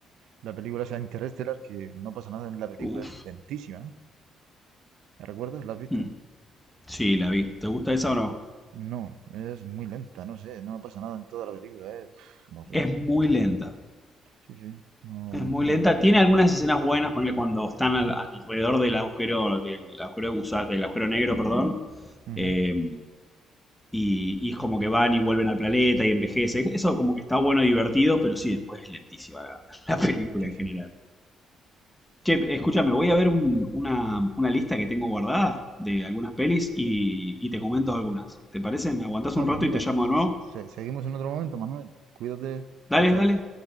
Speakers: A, on the right (about 80°); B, in the centre.
A: la película esa Interstellar, que no pasa nada en la película,
B: Uf.
A: es lentísima, ¿eh? ¿La recuerdas? ¿La has visto?
B: Mm. Sí, la vi. ¿Te gusta esa o no?
A: No, es muy lenta, no sé, no pasa nada en toda la película, ¿eh? No sé,
B: Es muy lenta.
A: sí, sí, no,
B: Es muy
A: no
B: lenta.
A: me gusta.
B: Tiene algunas escenas buenas, ponle cuando están al- alrededor del agujero, del agujero de gusa- del agujero negro, perdón.
A: Ujú,
B: Eh, y, y es como que van y vuelven al planeta y envejece. Eso como que está bueno y divertido, pero sí, después es lentísima la, <laughs> la película
A: Sí,
B: en
A: sí.
B: general. Che, escúchame, voy a ver un- una, una lista que tengo guardada de algunas pelis y, y te comento algunas. ¿Te parece? ¿Me aguantás
A: Ah,
B: un
A: pues
B: rato
A: mira,
B: y te llamo
A: se-
B: de nuevo?
A: se- seguimos en otro momento, Manuel. Cuídate,
B: Dale,
A: chao, chao.
B: dale.